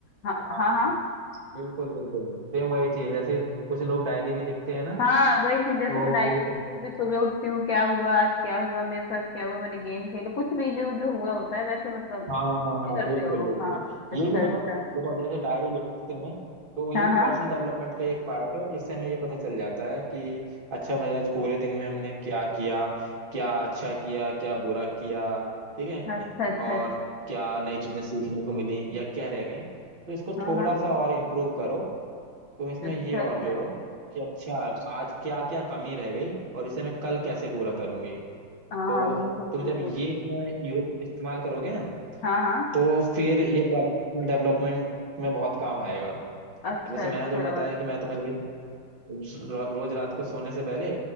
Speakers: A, on the left; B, on the right.
A: हाँ
B: हाँ
A: हाँ
B: हाँ,
A: हाँ
B: बिल्कुल बिल्कुल सेम वही चीज जैसे कुछ लोग डायरी भी लिखते हैं ना
A: हाँ वही चीज जैसे
B: तो
A: मैं डायरी
B: वो
A: लिखती हूँ फिर सुबह उठती हूँ क्या हुआ आज क्या हुआ मेरे साथ क्या हुआ मैंने गेम खेला कुछ भी जो जो हुआ होता है वैसे मतलब
B: हाँ हाँ
A: कुछ
B: हाँ
A: भी करते
B: बिल्कुल
A: हो
B: बिल्कुल
A: हाँ अच्छा
B: ये भी मतलब
A: अच्छा
B: देखो अब जैसे डायरी लिखते हैं तो ये
A: हाँ
B: भी
A: हाँ
B: पर्सनल डेवलपमेंट का एक पार्ट है इससे हमें ये पता चल जाता है कि अच्छा भाई आज पूरे दिन में हमने क्या किया क्या अच्छा किया क्या बुरा किया ठीक
A: अच्छा
B: है
A: अच्छा
B: और
A: अच्छा
B: क्या नई चीजें सीखने को मिली या क्या रह गई तो इसको
A: हाँ
B: थोड़ा
A: हाँ
B: सा और इम्प्रूव करो तुम इसमें
A: अच्छा
B: ये और
A: अच्छा
B: जोड़ो कि अच्छा आज क्या क्या कमी रह गई और इसे मैं कल कैसे पूरा करूंगी
A: हाँ
B: तो
A: हाँ बिल्कुल
B: तुम
A: बिल्कुल
B: जब ये इसमें यू- इस्तेमाल करोगे ना
A: हाँ हाँ
B: तो फिर ये पर्सनल डेवलपमेंट में बहुत काम आएगा
A: अच्छा
B: अब जैसे
A: अच्छा
B: मैंने तुम्हें बताया कि मैं तो भाई रो, रोज रात को सोने से पहले